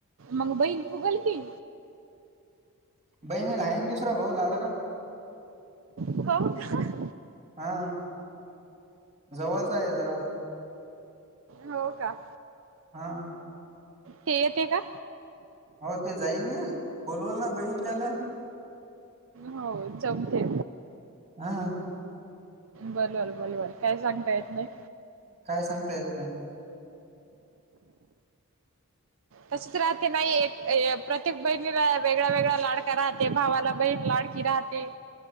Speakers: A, on the right; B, on the right.
A: मग बहीण फुगल की
B: बहिणी ल आहेन दुसरा भाऊ लाडका
A: हो. का.
B: हा जवळचं आहे जरा,
A: हो. का.
B: हा,
A: ते. येते. का.
B: हो ते जाईल ना बोलवलं ना बहीण त्याला.
A: हो चौथे
B: हा
A: बर बर बरोबर काय सांगता येत नाही
B: काय सांगतायेत ना
A: तसच राहते नाही एक प्रत्येक बहिणीला वेगळा्या वेगळा्या लाडका राहते भावाला बहीन लाडकी राहते